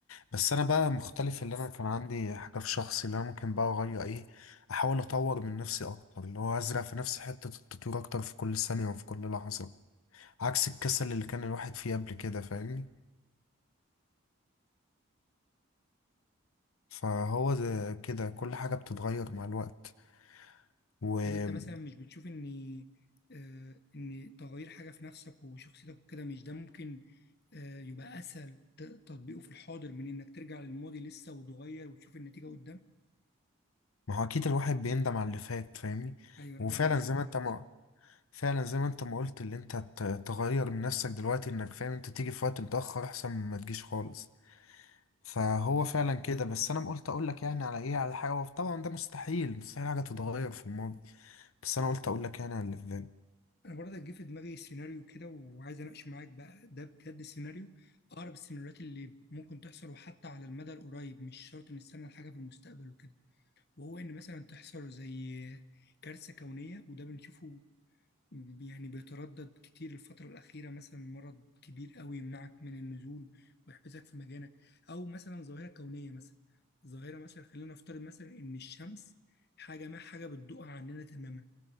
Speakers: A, on the left; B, on the left.
A: بس انا بقى مختلف اللي انا كان عندي حاجة في شخصي اللي انا ممكن بقى اغير ايه احاول اطور من نفسي اكتر اللي هو ازرع في نفسي حتة التطوير اكتر في كل ثانية وفي كل لحظة عكس الكسل اللي كان الواحد فيه قبل كده فاهمني فهو زي كده كل حاجة بتتغير مع الوقت وما
B: طب انت مثلا مش بتشوف ان آه، ان تغيير حاجه في نفسك وشخصيتك وكده مش ده ممكن آه، يبقى اسهل ت- تطبيقه في الحاضر من انك ترجع للماضي لسه وتغير وتشوف النتيجه قدام
A: هو أكيد الواحد بيندم على اللي فات فاهمني
B: ايوه انا
A: وفعلا
B: فاهم قصدك
A: زي ما
B: دلوقتي
A: أنت ما فعلا زي ما أنت ما قلت اللي أنت ت- تغير من نفسك دلوقتي إنك فاهم أنت تيجي في وقت متأخر أحسن ما تجيش خالص فهو فعلا كده بس أنا قلت أقول لك يعني على إيه على حاجة طبعا ده مستحيل مستحيل حاجة تتغير في الماضي بس أنا قلت أقول لك يعني على اللي في بالي
B: انا برضه جه في دماغي سيناريو كده وعايز اناقش معاك بقى ده بجد سيناريو اقرب السيناريوهات اللي ممكن تحصل وحتى على المدى القريب مش شرط نستنى الحاجه في المستقبل وكده وهو ان مثلا تحصل زي كارثه كونيه وده بنشوفه يعني بيتردد كتير الفترة الأخيرة مثلا مرض كبير قوي يمنعك من النزول ويحبسك في مكانك أو مثلا ظاهرة كونية مثلا ظاهرة مثلا خلينا نفترض مثلا إن الشمس حاجة ما حاجة بتدوقها عننا تماما